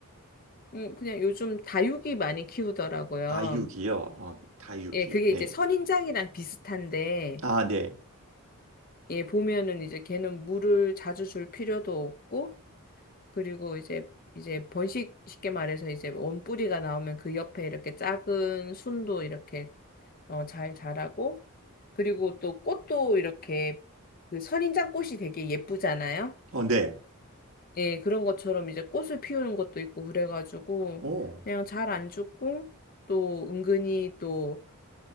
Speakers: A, on the left (about 40°); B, on the right (about 65°).
A: 음, 그냥 요즘 다육이 많이 키우더라고요.
B: 다육이요. 어, 다육이.
A: 예, 그게
B: 네.
A: 이제 선인장이랑 비슷한데,
B: 아, 네.
A: 예, 보면은 이제 걔는 물을 자주 줄 필요도 없고, 그리고 이제, 이제 번식, 쉽게 말해서 이제 원뿌리가 나오면 그 옆에 이렇게 작은 순도 이렇게 어, 잘 자라고, 그리고 또 꽃도 이렇게 그 선인장 꽃이 되게 예쁘잖아요.
B: 어, 네.
A: 예, 그런 것처럼 이제 꽃을 피우는 것도 있고, 그래가지고,
B: 오.
A: 그냥 잘 안 죽고, 또 은근히 또